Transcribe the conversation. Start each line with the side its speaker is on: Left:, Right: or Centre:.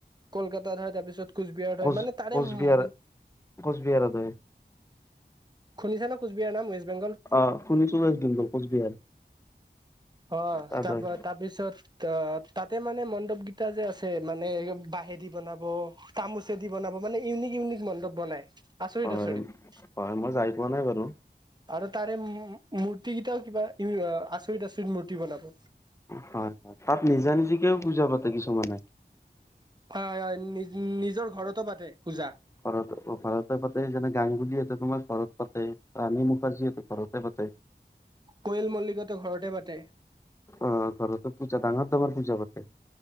Right: কলকাতাত হয় তাৰ পিছত কোচবিহাৰত
Left: কোচ
Right: হয় মানে তাৰে
Left: কোচবিহাৰ
Right: ম
Left: কোচবিহাৰত হয়।
Right: শুনিছানে কোচবিহাৰ নাম ৱেষ্ট বেংগল।
Left: অ' শুনিছো ৱেষ্ট বেংগল কোচবিহাৰ।
Right: অ'
Left: তাত
Right: তাৰপা
Left: হয়
Right: তাৰপিছত ত' তাতে মানে মণ্ডপ কিটা যে আছে মানে বাঁহেদি বনাব। তামোচেদি বনাব মানে ইউনিক ইউনিক মণ্ডপ বনাই আচৰিত
Left: হয়
Right: আচৰিত।
Left: হয় মই যাই পোৱা নাই বাৰু।
Right: আৰু তাৰে মূ-মূৰ্তি কেইটাও কিবা ই আচৰিত আচৰিত মূৰ্তি বনাব।
Left: হয় হয় তাত নিজা-নিজিকেও পুজা পাতে কিছুমানে।
Right: হয় হয় হয় নি-নিজৰ ঘৰতো পাতে পূজা।
Left: ঘৰত ঘৰতে পাতে যেনে গাংগুলিয়ে তোমাৰ ঘৰত পাতে। ৰাণী মুখাৰ্জীয়ে ঘৰতে পাতে।
Right: কয়েল মল্লিকহতেও ঘৰতে পাতে।
Left: উম, ঘৰতে পূজা ডাঙৰ ডাঙৰ পূজা পাতে।